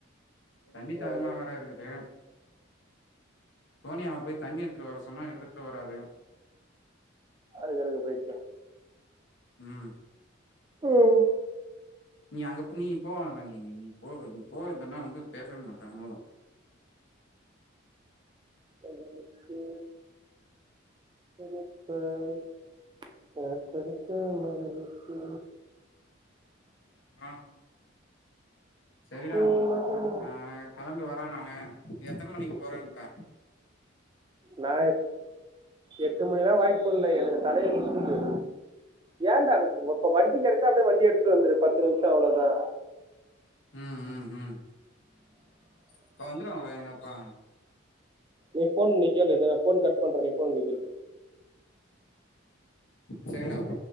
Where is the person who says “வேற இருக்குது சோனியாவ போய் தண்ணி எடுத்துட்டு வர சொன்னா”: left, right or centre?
Left